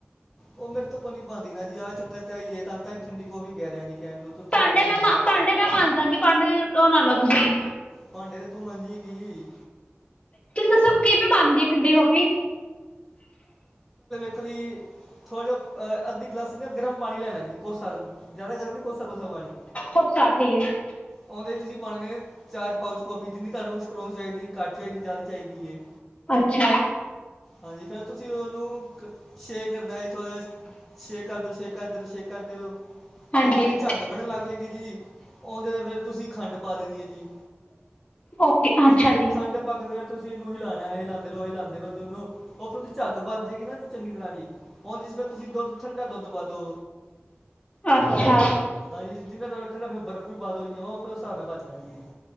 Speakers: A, in the centre; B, on the left.
A: ਉਹ ਮੇਰੇ ਤੋਂ ਕੋਨੀ ਬਣਂਦੀ ਨਾ ਜੀ ਆਹ ਚੱਕਰ ਤੇ ਆਈਏ, ਤਨ ਤਾਂ ਠੰਡੀ ਕੌਫੀ ਕਹਿ ਰਿਹਾ ਜੀ। ਕਹਿਣ ਨੂੰ ਤੂੰ ਠੰਡੀ
B: ਭਾਂਡੇ
A: ਕੌਫੀ
B: ਮੈਂ
A: ਬਣਾ ਲਓ
B: ਪਾਂਡੇ ਮੈਂ ਮਾਜਦਗੀ ਪਾਂਡੇ ਔ ਨਾ ਲਓ ਤੁਸੀਂ
A: ਭਾਂਡੇ ਤੇ ਤੂੰ ਮਾਜੇਗੀ।
B: ਦੱਸੋ ਕਿਵੇਂ ਬਣਦੀ ਐ ਠੰਡੀੇ ਕੌਫੀ?
A: ਪੁੱਖਰੀ, ਥੋੜ੍ਹਾ ਜਿਹਾ ਅੱਧੀ ਗਲਾਸੀ ਨਾ ਗਰਮ ਪਾਣੀ ਲੈਣਾ, ਜੀ ਕੋਸਾ ਜ਼ਿਆਦਾ ਗਰਮ ਨਹੀਂ ਕੋਸਾ ਕੋਸਾ ਪਾਣੀ
B: ਹੋਰ ਸਾ ਠੀਕ ਹੈ,
A: ਆਉਂਦੇ ਹੀ ਤੁਸੀਂ ਪਾਣੇ ਨੇ ਚਾਰ ਪਾਊਚ ਕੋਫੀ ਜਿੰਨੀ ਤੁਹਾਨੂੰ ਸਟਰੋਂਗ ਚਾਹੀਦੀ, ਘੱਟ ਚਾਹੀਦੀ ਜ਼ਿਆਦਾ ਚਾਹੀਦੀ ਹੈ।
B: ਅੱਛਾ।
A: ਹਾਂਜੀ ਫੇਰ ਤੁਸੀਂ ਉਹਨੂੰ ਛੇ ਕਰਨਾ ਜ ਥੋ ਜਿਹਾ ਛੇਕਧਰ ਛੇਕਧਰ ਛੇਕ ਕਰਦੇ ਰੋ
B: ਹਾਂਜੀ
A: ਤੇ ਤੁਹਾਡੀ ਝੱਗ ਬਣਨ ਲੱਗ ਜਾਏਗੀ ਜੀ ਆਉਂਦੇ ਤੇ ਫਿਰ ਤੁਸੀਂ ਖੰਡ ਪਾ ਦੇਣੀ ਹੈ ਜੀ
B: ਓਕੇ ਅੱਛਾ
A: ਹਾਂਜੀ ਫਿਰ
B: ਜੀ।
A: ਖੰਡ ਪਾ ਕੇ ਫਿਰ ਤੁਸੀਂ ਇਹਨੂੰ ਹਿਲਾਣਾ ਹੈ ਹਿਲਾਂਦੇ ਰੋ-ਹਿਲਾਂਦੇ ਰੋ ਜਦੋਂ ਉਹਤੋਂ ਦੀ ਝੱਗ ਬਣ ਜਾਏਗੀ ਚੰਗੀ ਤਰ੍ਹਾਂ ਜੀ ਉਹ ਜਿਸ ਵੇ ਤੁਸੀਂ ਦੁੱਧ ਠੰਡਾ ਦੁੱਧ ਪਾ ਦੋ
B: ਅੱਛਾ਼।
A: ਹਾਂਜੀ ਜਿਹਦੇ ਨਾਲ ਠ ਫਿਰ ਬਰਫ਼ ਵੀ ਨਾਲੋਂ ਜੀ ਫਿਰ ਉਹ ਉਸ ਹਿਸਾਬ ਨਾਲ ਬਣ ਜਾਂਦੀ ਏ।